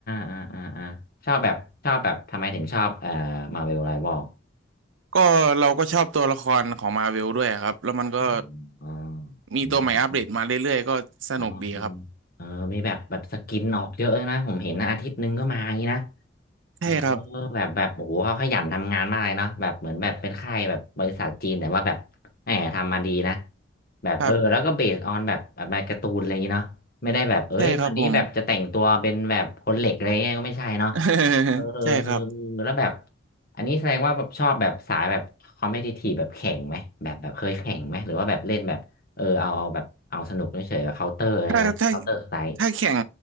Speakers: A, on the left; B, on the right.
A: อ่าอ่าอ่าชอบแบบชอบแบบทำไมถึงชอบเอ่อมาเวลไรบอล
B: ก็เราก็ชอบตัวละครของ Marvel ด้วยครับแล้วมันก็
A: อ๋ออ๋อ
B: มีตัวใหม่อัปเดตมาเรื่อยๆก็สนุกดีครับ
A: อืมอืมอ๋อเออมีแบบแบบสกินออกเยอะเลยนะผมเห็นนะอาทิตย์หนึงก็มาอย่างนี้นะ เออ
B: ใช่ครับ
A: แบบแบบโอ้โหเขาขยันทำงานมากเลยเนาะแบบเหมือนแบบเป็นค่ายแบบบริษัทจีนแต่ว่าแบบแหมทำมาดีนะแบบเออแล้วก็เบสออนแบบแบบมาการ์ตูนอะไรอย่างงี้เนาะไม่ได้แบบเอ้ยวันนี้แบบจะแต่งตัวเป็นแบบคนเหล็กอะไรเงี้ยก็ไม่ใช่เนาะ
B: ครับใช่ครับผม <laughs>
A: เออเออเออ
B: ใช่ครับ
A: แล้วแบบอันนี้แสดงว่าแบบชอบแบบสายแบบคอมเพทิทีฟแบบแข่งไหมแบบแบบเคยแข่งไหมหรือว่าแบบเล่นแบบเออเอาเอาแบบเอาสนุกเฉยๆแบบเคาน์เตอร์อะไรเงี้ยเคาน์เตอร์สไตล์
B: ถ้าถ้าถ้าแข่ง